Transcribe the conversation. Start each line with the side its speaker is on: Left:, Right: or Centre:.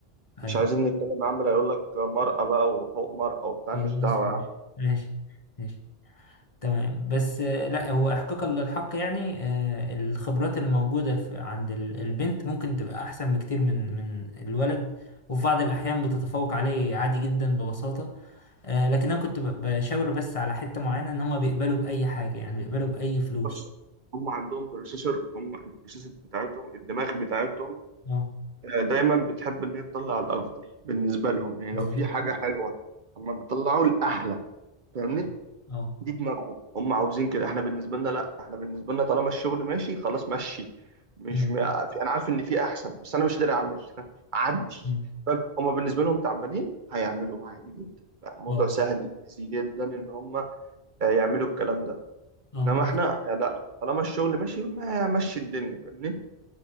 Right: مش
Left: أيوه
Right: عايزين نتكلم عمال يقول لك مرأة بقى وحقوق مرأة وبتاع
Left: خلاص
Right: مالناش دعوة
Left: ماشي
Right: يعني
Left: ماشي ماشي تمام بس آه، لا هو احقاقا للحق يعني آه، الخبرات اللي موجودة في- عند ال- البنت ممكن تبقى احسن بكتير من من الولد وفي بعض الاحيان بتتفوق عليه عادي جدا ببساطة آه، لكن انا كنت ب- بشاور بس على حتة معينة ان هما بيقبلوا بأي حاجة يعني بيقبلوا بأي فلوس
Right: بص هم عندهم بروسيسور هم البروسيسور بتاعتهم الدماغ بتاعتهم
Left: اه
Right: دايما بتحب ان هي تطلع الافضل بالنسبه لهم يعني
Left: بالظبط
Right: لو في حاجه حلوه هم بيطلعوا الاحلى فاهمني
Left: اه اه
Right: دي دماغهم هم عاوزين كده احنا بالنسبه لنا لا احنا بالنسبه لنا طالما الشغل ماشي خلاص مشي مش
Left: امم
Right: م... في... انا عارف ان في احسن بس انا مش قادر اعمل <laughs> عدي
Left: أمم.
Right: فاهم؟ هم بالنسبه لهم تعبانين هيعملوا عادي جدا بقى الموضوع
Left: اه
Right: سهل ايزي جدا ان هم آه، يعملوا الكلام ده
Left: اه
Right: انما احنا
Left: بالظبط
Right: آه، لا طالما الشغل ماشي ما مشي الدنيا فاهمني